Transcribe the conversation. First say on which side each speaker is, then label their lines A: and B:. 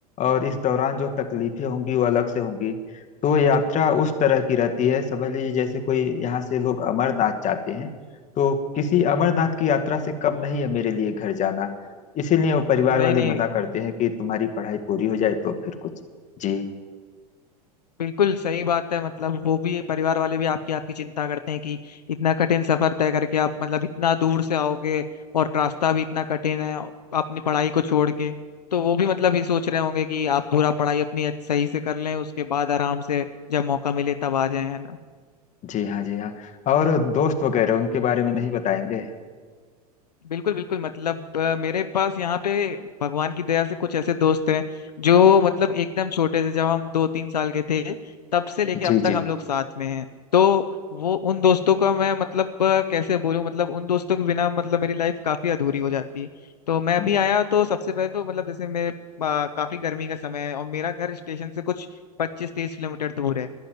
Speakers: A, on the left; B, on the left.
A: और इस दौरान जो तकलीफें होंगी वो अलग से होंगी तो यात्रा उस तरह की रहती है समझ लीजिए जैसे कोई यहाँ से लोग अमरनाथ जाते हैं तो किसी अमरनाथ की यात्रा से कम नहीं है मेरे लिए घर जाना इसीलिए वो परिवार
B: नहीं
A: वाले
B: नहीं
A: मना करते हैं कि तुम्हारी पढ़ाई पूरी हो जाए तो फिर कुछ जी
B: बिल्कुल सही बात है मतलब वो भी परिवार वाले भी आपकी आपकी चिंता करते हैं कि इतना कठिन सफर तय करके आप मतलब इतना दूर से आओगे और रास्ता भी इतना कठिन है अपनी पढ़ाई को छोड़ के तो वो भी मतलब ये सोच रहे होंगे कि आप पूरा पढ़ाई अपनी अच्छ- सही से कर लें उसके बाद आराम से जब मौका मिले तब आ जाए है ना
A: जी हाँ जी हाँ और दोस्त वगैरह उनके बारे में नहीं बताएंगे
B: बिल्कुल बिल्कुल मतलब अ, मेरे पास यहाँ पे भगवान की दया से कुछ ऐसे दोस्त हैं जो मतलब एकदम छोटे से जब हम दो तीन साल के थे तब से लेके
A: जी
B: अब तक हम लोग साथ में हैं तो वो उन दोस्तों का मैं मतलब अ, कैसे बोलूं मतलब उन दोस्तों के बिना मतलब मेरी लाइफ काफी अधूरी हो जाती है तो मैं
A: जी
B: अभी आया तो सबसे पहले तो मतलब जैसे मेरे अ, काफी गर्मी का समय है और मेरा घर स्टेशन से कुछ पच्चीस तीस किलोमीटर दूर है